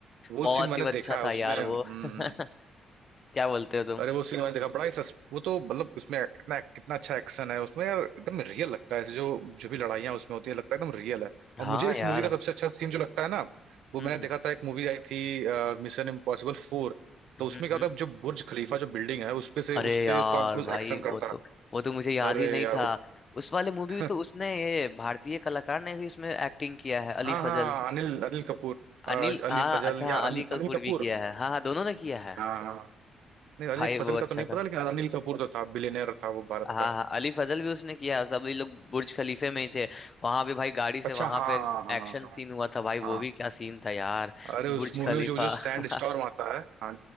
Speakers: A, on the right; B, on the left.
A: वो
B: बहुत
A: सीन मैंने
B: ही अच्छा
A: देखा है
B: था
A: उसमें
B: यार
A: हम्म
B: वो <laughs> क्या बोलते हो तुम
A: अरे वो सीन मैंने देखा बड़ा ही <laughs> सस वो तो मतलब उसमें इतना कितना अच्छा एक्शन है उसमें यार एकदम रियल लगता है ऐसे जो जो भी लड़ाइयाँ उसमें होती है लगता है एकदम रियल है
B: हाँ
A: और मुझे इस
B: यार
A: मूवी का सबसे अच्छा सीन जो लगता है ना वो
B: हम्म
A: मैंने देखा था एक मूवी आई थी मिशन इम्पॉसिबल फोर तो
B: हम्म
A: उसमें
B: हम्म
A: क्या था जो बुर्ज खलीफा जो बिल्डिंग है उसपे से
B: अरे
A: उसपे
B: यार
A: टॉम क्रूज
B: भाई
A: एक्शन
B: वो
A: करता
B: तो वो तो मुझे
A: है
B: याद
A: अरे
B: ही नहीं
A: यार
B: था
A: वो
B: उस वाले मूवी
A: <laughs>
B: में तो उसने ये भारतीय कलाकार ने भी उसमें एक्टिंग किया है अली
A: हाँ हाँ
B: फजल
A: अनिल अनिल कपूर
B: अनिल
A: अ, अली
B: हाँ
A: फजल
B: अच्छा हाँ,
A: या अनिल
B: अली कपूर
A: अनिल कपूर
B: भी किया है हाँ हाँ दोनों ने किया है
A: हाँ हाँ। नहीं अली
B: भाई
A: फजल
B: वो
A: का
B: अच्छा
A: तो नहीं
B: था
A: पता लेकिन अनिल कपूर तो था बिलियनर था वो भारत
B: हाँ
A: का
B: हाँ अली फजल भी उसने किया है सब ये लोग बुर्ज खलीफे में ही थे वहां पे भाई गाड़ी से
A: अच्छा
B: वहां
A: हाँ
B: पे
A: हाँ
B: एक्शन
A: हाँ
B: सीन हुआ था भाई
A: हाँ
B: वो भी क्या सीन था यार
A: अरे उस
B: बुर्ज
A: मूवी
B: खलीफा
A: में जो जो सैंड
B: <laughs>
A: स्टॉर्म आता है हाँ